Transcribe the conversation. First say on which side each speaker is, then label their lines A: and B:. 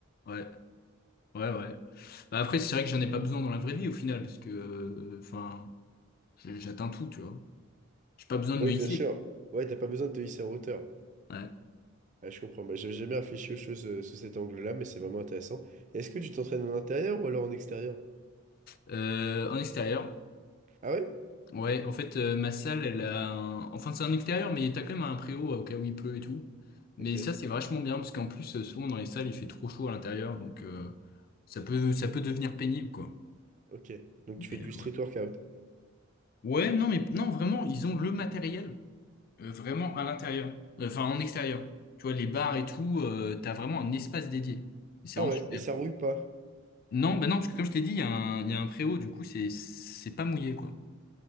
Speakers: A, on the left; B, on the right.
A: Ouais, ouais, ouais. Bah, après c'est vrai que j'en ai pas besoin dans la vraie vie au final parce que euh, enfin, je- j'atteins tout, tu vois. J'ai pas besoin de
B: Oui,
A: me hisser.
B: bien sûr. Ouais, t'as pas besoin de te hisser en hauteur.
A: Ouais.
B: Ouais, je comprends. Bah, j'avais jamais réfléchi aux choses euh, sous cet angle-là, mais c'est vraiment intéressant. Et Est-ce que tu t'entraînes en intérieur ou alors en extérieur?
A: Euh, en extérieur.
B: Ah ouais?
A: Ouais, en fait, euh, ma salle, elle a un... Enfin, c'est un extérieur, mais t'as quand même un préau euh, au cas où il pleut et tout. Mais
B: Ok,
A: ça, c'est vachement bien, parce qu'en plus, euh, souvent, dans les salles, il fait trop chaud à l'intérieur, donc euh, ça peut, ça peut devenir pénible, quoi.
B: ok. Donc
A: Mais,
B: tu fais du
A: euh,
B: street
A: ouais.
B: workout.
A: Ouais, non, mais non, vraiment, ils ont le matériel, euh, vraiment à l'intérieur. Euh, Enfin, en extérieur. Tu vois, les bars et tout, euh, t'as vraiment un espace dédié. Et C'est
B: Ah
A: vraiment
B: ouais,
A: super.
B: et ça rouille pas.
A: Non, bah non, parce que comme je t'ai dit, il y a un, il y a un préau, du coup, c'est c'est pas mouillé, quoi.